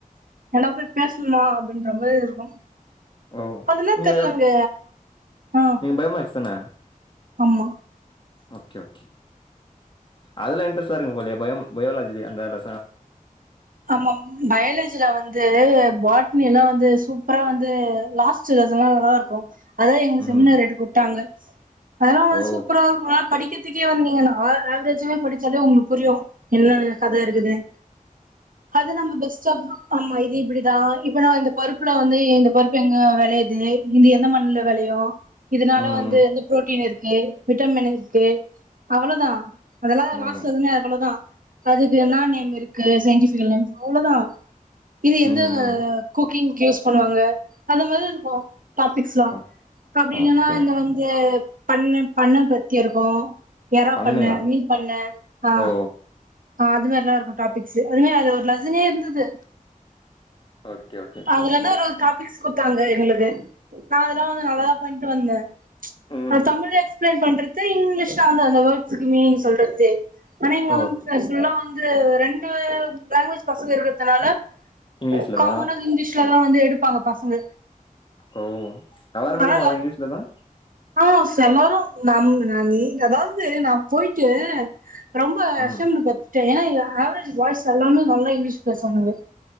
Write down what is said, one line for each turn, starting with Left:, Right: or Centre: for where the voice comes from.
Right: எல்லா போய் பேசணுமா அப்டின்ற மாரி இருக்கு
Left: ஓ
Right: அதுல்லாம்
Left: நீங்க
Right: தெர்ல்லங்க ஆஹ்
Left: நீங்க பயோமேக்ஸ் தான
Right: ஆம்மா
Left: ஓகே ஓகே அதுல இன்ட்ரெஸ்ட் தான் இருக்குது போலயே பயோலஜி அந்த இதுல
Right: ஆமா பயாலஜில வந் து பாட்னின்னா வந்து சூப்பரா வந்து லாஸ்ட் சதுல்லா நல்லா இருக்கு அதான் எங்க
Left: ம்
Right: செமினார் எடுக்க வுட்டாங்க <inaudible> அதல்லாம் வந்து
Left: ஓ
Right: சூப்பரா இருக்கும் படி கத்துக்கே வந்தீங்கன்னா ஆவரேஜா படிச்சாலே உங்களுக்கு புரியும் என்ன கதை இருக்குதுனு அது நம்ம பெஸ்ட ஆஃப் ஆமா இது இப்டிதான் இப்பனா வந்து இந்த பருப்புல வந்து இந்த பருப்பு எங்க விளையுது இந்த எந்த மண்ணுல விளையும இதனால
Left: ம்
Right: வந்து எந்த பு்ரோட்டீன் இருக்கு விட்டமின் இருக்கு அவ்ளதா அதெல்லா
Left: ம்
Right: லாஸ்ல இதுங்க அவ்ளதா அதுக்கு என்னா நேம் இருக்கு சன்டிபி <unintelligible> அவ்ளதா இது எந்த
Left: ம்
Right: ஆ குக்கிங்கு யூஸ் பண்ணுவாங்க அந்த மாரி லா இருக்கு டாபிக்ஸ்ல்லா
Left: ஓகே
Right: அப்டி இல்லன்னா
Left: ஓகே
Right: இந்த வந்து பண்ண பண்ணா பத்தி இருக்கு எறா
Left: பண்ணையா
Right: பண்ண மீன் பண்ண ஆ
Left: ஓ
Right: ஆ அது நல்ல இருக்கு டாபிக்ஸு அதுமே அது மாரி அது ஒரு லசனே இருந்தது
Left: ஓகே ஓகே
Right: அதுல என்ன ஒரு டாபிக்ஸ் குடுத்தாங்க எங்களுக்கு நா அதெல்லா வந்து நல்லாதா பண்ட்டு வந்தே
Left: ம்
Right: அது தமிழ்ல எக்ஸ்பிளைன் பண்ற து இங்கிலீஷ் அந்தந்த வேர்ட் ஸ் மீனிங் சொல்றது ஆனா இங்க
Left: ஓகே
Right: வந் ஆக்சுவலா வந்து ரெண்டு லாங்குவேஜ் பசங்க இருகதுனால
Left: இங்கிலீஷ்ல
Right: காமனா
Left: தா
Right: இங்கிலீஷ் <unintelligible> வந்து எடுப்பாங்க பசங்க
Left: ஓ எல்லாருமே எடுப்பாங்களா
Right: ஆனா
Left: இங்கிலீஷ்ல தா
Right: ஆ செலரு நம் நம் அதாவது நா போயிட்டு ரொம்ப
Left: ம்
Right: பத்துடா ஏனா ஆவரேச் பாய்ஸ் எல்லாமே நல்லா இங்கிலீஷ் பேசுவானுங்க